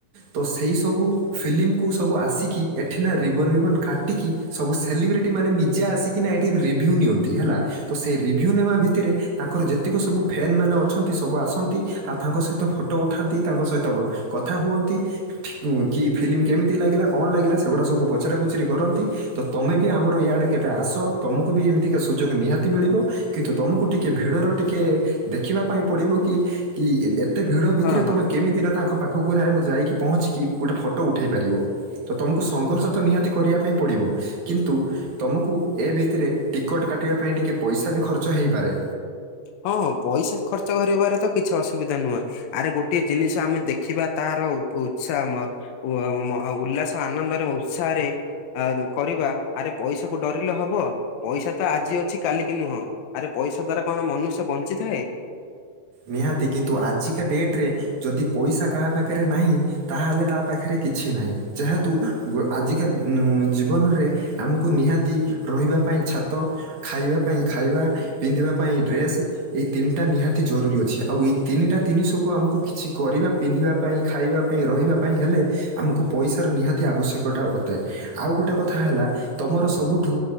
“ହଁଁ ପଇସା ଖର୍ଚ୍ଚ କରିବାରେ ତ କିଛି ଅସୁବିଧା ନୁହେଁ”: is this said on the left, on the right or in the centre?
Left